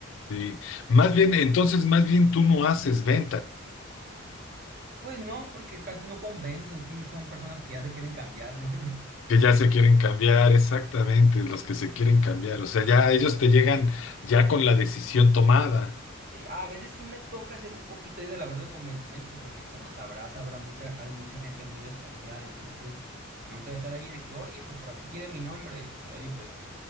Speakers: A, on the left; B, on the right.
A: Sí. Más bien, entonces, más bien tú no haces ventas.
B: Pues no, porque casi no convenzo en sí, son personas que ya se quieren cambiarlo. <laughs>
A: Que ya se quieren cambiar, exactamente, los que se quieren cambiar. O sea, ya ellos te llegan ya con la decisión tomada.
B: Sí, a veces sí me toca hacer un poquito ahí de labor de convencimiento, porque como sabrás, habrá mucha, hay mucha gente muy desconfiada, entonces, al momento de estar allí, de que, oye, pues, pero aquí quiere mi nombre, pues, oye, pues,